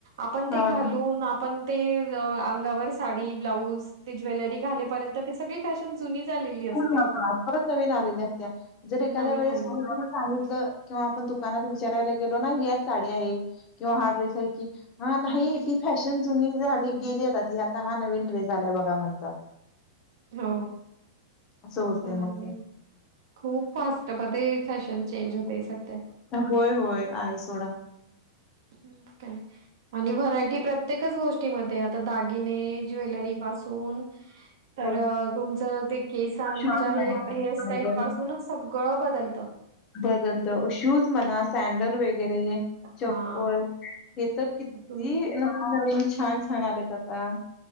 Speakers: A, on the right; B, on the left.
A: आपण ते
B: हां.
A: घालून आपण ते अंगावर साडी ब्लाऊज ते ज्वेलरी घालेपर्यंत ते सगळे शासन जुनी झालेली असते
B: ज परत नवीन आलेल्या असत्या जर एखाद्या
A: नवीन
B: वेळेस
A: आली
B: सांगितलं किंवा आपण दुकानात विचारायला गेलो ना ही आ साडी आहे किंवा हा ड्रेस आहे कि हा नाही ती फॅशन जुनी झाली गेली आता ती आता हा नवीन ड्रेस झालाय बघा म्हणतात
A: हो
B: असं होतंय
A: अस आहे
B: मग ते.
A: खूप फास्ट त्या मध्ये फॅशन चेंज होतेय सध्या
B: होय, होय. आहे सोडा.
A: मग काय आणि व्हरायटी प्रत्येकच गोष्टीमध्ये आता दागिने ज्वेलरी पासून तर
B: होय.
A: तुमचं ते केसांच्या
B: शूज
A: हे
B: म्हणा,
A: हेअरस्टाईल
B: सँडल
A: पासूनच सगळं बदलतं
B: बदलत शूज म्हणा सॅडल वगैरे चप्पल
A: हा
B: हे तर किती
A: तुम्ही
B: छान छान आलेत आता